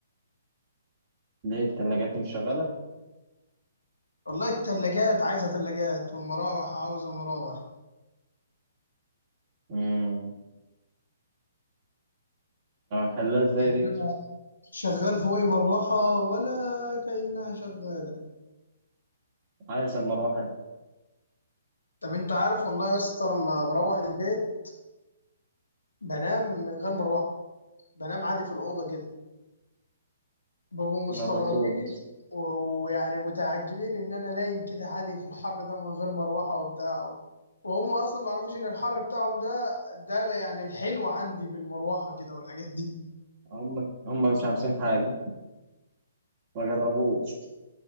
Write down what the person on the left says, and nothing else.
والله التلاجات عايزة تلاجات والمراوح عاوزة مراوح
يعني
أنا شغال فوقي مروحة ولا كأنها شغالة
طب أنت عارف والله يا اسطى لما بروح البيت بنام من غير مروحة بنام عادي في الأوضة كده بابو مستغربين
و- ويعني متعجبين ان انا نايم كده عادي في الحر ده من غير مروحه وبتاع وهم اصلا ما يعرفوش ان الحر بتاعهم ده ده يعني الحلو عندي بالمروحه كده والحاجات دي